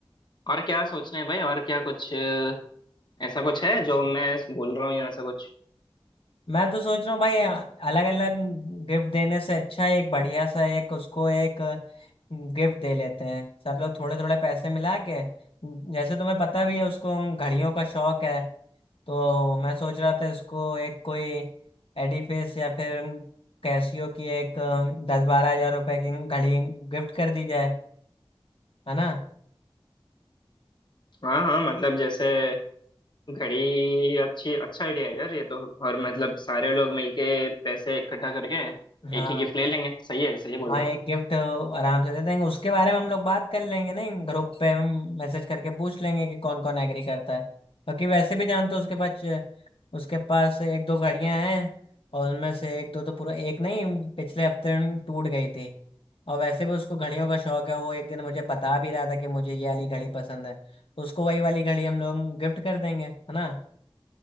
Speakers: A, on the left; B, on the left.
A: और क्या सोच रहे हैं भाई और क्या कुछ अ, ऐसा कुछ है जो मैं बोल रहा हूँ या ऐसा कुछ
B: मैं तो सोच रहा हूँ भाई अलग अलग गिफ्ट देने से अच्छा है एक बढ़िया सा एक उसको एक गिफ्ट दे लेते हैं सब लोग थोड़े थोड़े पैसे मिला के जैसे तुम्हें पता भी है उसको घड़ियों का शौक है तो मैं सोच रहा था इसको एक कोई एडिफिस या फिर कैसियो की एक दस बारह हजार रुपए की घड़ी गिफ्ट कर दी जाए है ना
A: हाँ हाँ मतलब जैसे घड़ी अच्छी अच्छा आइडिया है यार ये तो और मतलब सारे लोग मिलके पैसे इकट्ठा करके
B: हाँ,
A: एक ही गिफ्ट ले लेंगे सही है सही बोल
B: हाँ
A: रहा
B: एक
A: हूँ
B: गिफ्ट आराम से दे देंगे उसके बारे में हम लोग बात कर लेंगे नहीं ग्रुप पे हम मैसेज करके पूछ लेंगे कि कौन कौन एग्री करता है क्योंकि वैसे भी जानते हो उसके पास उसके पास एक दो घड़ियां हैं और उनमें से एक दो तो पूरा एक नहीं पिछले हफ्ते टूट गई थी और वैसे भी उसको घड़ियों का शौक है वो एक दिन मुझे बता भी रहा था कि मुझे ये वाली घड़ी पसंद है तो उसको वही वाली घड़ी हम लोग गिफ्ट कर देंगे है ना